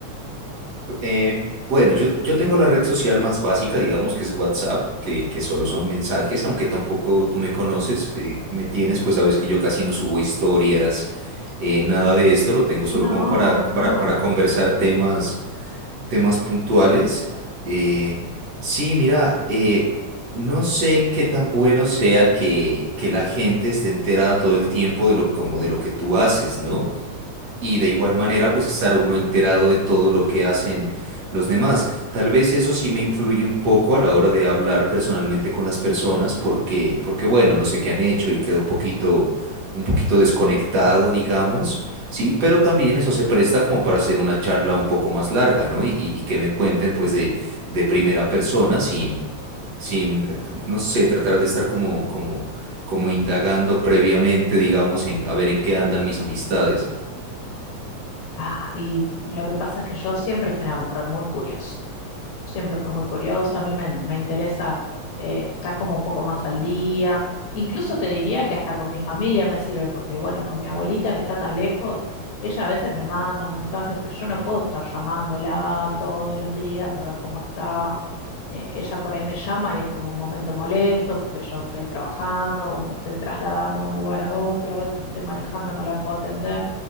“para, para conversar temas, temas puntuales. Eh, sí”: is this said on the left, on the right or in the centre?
Right